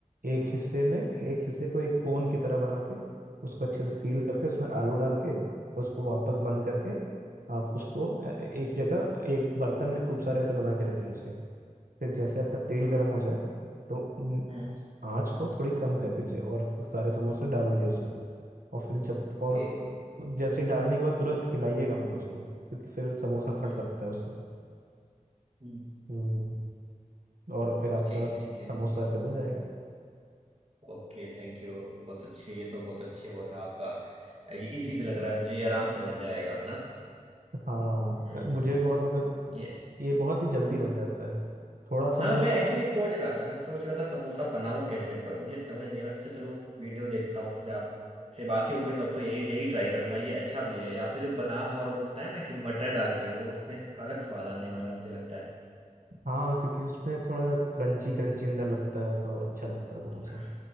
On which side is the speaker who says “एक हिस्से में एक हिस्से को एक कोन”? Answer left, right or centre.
Right